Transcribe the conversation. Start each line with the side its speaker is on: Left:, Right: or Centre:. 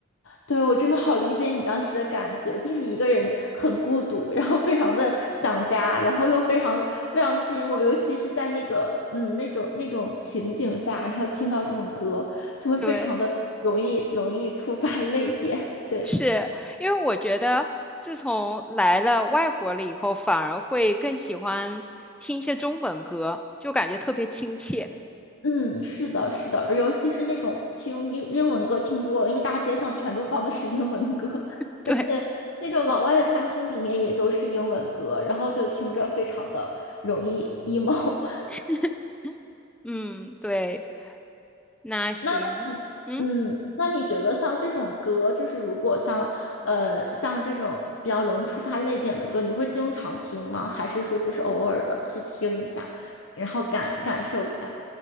Left: 对，我真的好理解你当时的感觉，就是一个人很孤独，然后非常的想家，然后又非常非常寂寞，尤其是在那个嗯那种那种情景下，然后听到这种歌，就会非常的容易容易触发
Centre: 对，
Left: <laughs> 泪点。对，
Centre: 是因为我觉得自从来了外国了以后，反而会更喜欢听一些中文歌，就感觉特别亲切。
Left: 嗯，是的，是的，尤其是那种听英英文歌听多了，因为大街上全都放的是英文歌，<laughs>
Centre: 对，
Left: 而且那种老外的餐厅里面也都是英文歌，然后就听着非常的容易 emo。
Centre: <laughs> 嗯，对，那行，
Left: 那
Centre: 嗯。
Left: 嗯，那你觉得像这种歌，就是如果像呃像这种比较容易触发泪点的歌，你会经常听吗？还是说就是偶尔的去听一下，然后感感受一下？